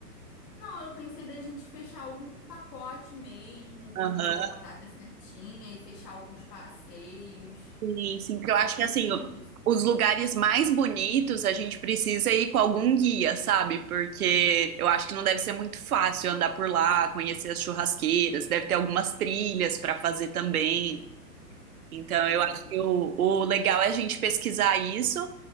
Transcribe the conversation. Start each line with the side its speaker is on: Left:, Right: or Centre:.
Left: Não, eu pensei da gente fechar algum pacote mesmo,
Right: Aham.
Left: com, com a data certinha e fechar alguns passeios.
Right: Sim, sim, porque eu
Left: Eu
Right: acho
Left: pensei
Right: que assim, o-
Left: nisso.
Right: os lugares mais bonitos a gente precisa ir com algum guia, sabe? Porque eu acho que não deve ser muito fácil andar por lá, conhecer as churrasqueiras, deve ter algumas trilhas para fazer também. Então,
Left: Ah,
Right: eu acho
Left: com
Right: que
Left: certeza.
Right: o, o legal é a gente pesquisar isso.